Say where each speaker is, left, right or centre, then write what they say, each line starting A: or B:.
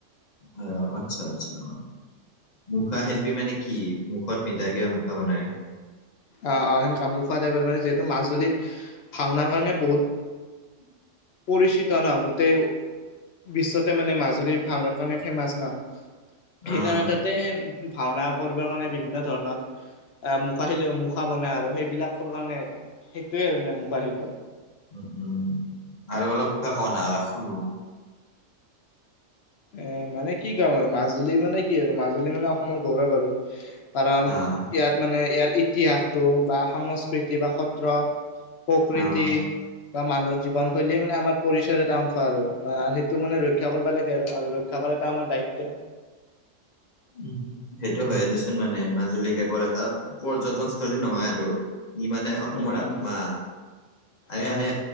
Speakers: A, on the left; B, on the left.
A: অহ আচ্ছা আচ্ছা মুখা শিল্পী মানে কি মুখত পিন্ধা কিবা মুখা বনাই।
B: আহ সেনেকা মুখা টাইপ মানে যিহেতু মাজুলী ভাওনাৰ কাৰণে বহুত
A: <unintelligible>
B: পৰিচিত ন গোটেই বিশ্বতে মানে মাজুলী ভাওনাৰ কাৰণে ফেমাচ নহ সেইকাৰণে
A: অ',
B: তাতে ভাওনা কৰিবৰ কাৰণে বিভিন্ন ধৰণৰ আহ মুখা খিলি মুখা বনাই আৰু সেইবিলাকৰ কাৰণে আৰু সেইটোৱে আৰু মানে মুখাৰ শিল্প
A: উম, উম, আৰু অলপ কিবা ক না অলপ শুনো ্
B: এ মানে কি কাম আৰু মাজুলী মানে কি আৰু মাজুলী মানে অসমৰ গৌৰৱ আৰু কাৰণ
A: অ',
B: ইয়াত মানে ইয়াৰ ইতিহাসটো বা সংস্কৃ কৃতি বা সত্ৰ প্ৰকৃতি
A: অ'।
B: বা মানুহৰ জীৱনশৈলী মানে আমাৰ পৰিচয়ৰ এটা অংশ আৰু সেইটো মানে ৰক্ষা কৰিব লাগে আৰু আৰু ৰক্ষা কৰাতটা আমাৰ দায়ত্ব
A: উম সেইটো হয়ে দেচোন মানে মাজুলী কেৱল এটা পৰ্যটনস্থথলী নহয় আৰু ই মানে অসমৰ
B: উম
A: আত্মা আমি
B: উম,
A: সতে